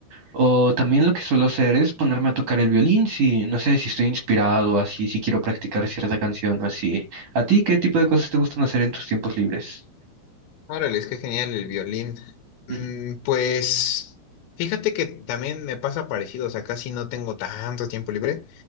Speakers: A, on the right; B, on the left.
A: O también lo que suelo hacer es ponerme a tocar el violín, si no sé si estoy inspirado, así, si quiero practicar cierta canción o así. ¿A ti qué tipo de cosas te gustan hacer en tus tiempos libres?
B: Órale, es que genial el violín. Mm,
A: Ujú,
B: pues fíjate que también me pasa parecido, o sea, casi no tengo tanto tiempo libre,